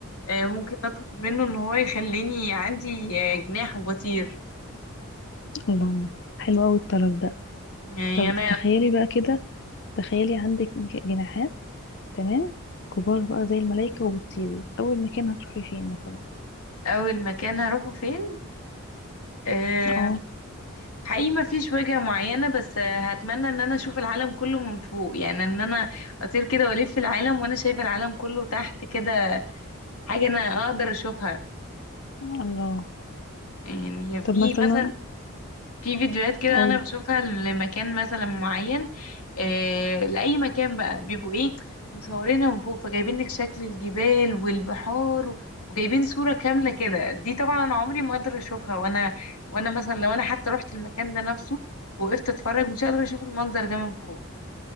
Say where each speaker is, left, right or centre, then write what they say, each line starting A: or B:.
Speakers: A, on the left (about 85°); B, on the left (about 55°).
A: آه، ممكن أطلب منه إن هو يخليني عندي آه، جناح وبطير
B: الله حلو اوي الطلب ده
A: يعني
B: طب
A: أنا
B: تخيلي بقى كده تخيلي عندك ج- جناحات تمام كبار بقى زي الملايكة وبتطيري اول مكان هتروحي فين مثلا
A: أول مكان هروحه فين آه،
B: اه
A: حقيقي ما فيش وجهة معينة بس آه، هتمنى إن أنا أشوف العالم كله من فوق يعني إن أنا أطير كده وألف العالم وأنا شايفة العالم كله تحت كده حاجة أنا أقدر أشوفها
B: الله
A: يعني في
B: طب مثلا
A: مثلا في فيديوهات كده
B: قولي
A: انا بشوفها لمكان مثلا معين آه لاي مكان بقى بيبقوا ايه مصورينها من فوق فجايبين لك شكل الجبال والبحار وجايبين صورة كاملة كده دي طبعا انا عمري ما اقدر اشوفها وانا وانا مثلا لو انا حتى رحت المكان ده نفسه وقفت اتفرج مش هقدر اشوف المنظر ده من فوق